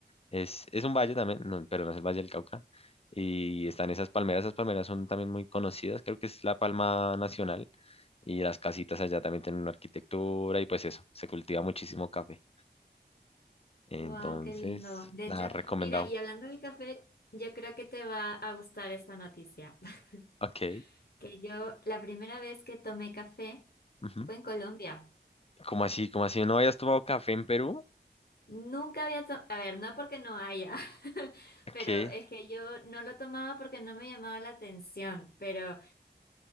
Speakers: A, on the left; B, on the left.
A: es, es un valle también, no, pero no es el Valle del Cauca. Y están esas palmeras, esas palmeras son también muy conocidas, creo que es la palma nacional. Y las casitas allá también tienen una arquitectura y pues eso, se cultiva muchísimo café. Entonces,
B: Wow, qué lindo. De
A: nada,
B: hecho,
A: recomendado.
B: mira, y hablando del café, yo creo que te va a gustar esta noticia. <laughs>
A: Ok.
B: Que yo, la primera vez que tomé café
A: Ujú.
B: fue en Colombia.
A: ¿Cómo así? ¿Cómo así? ¿No habías tomado café en Perú?
B: Nunca había tomado, a ver, no porque no haya, <laughs> pero
A: ¿Qué?
B: es que yo no lo tomaba porque no me llamaba la atención, pero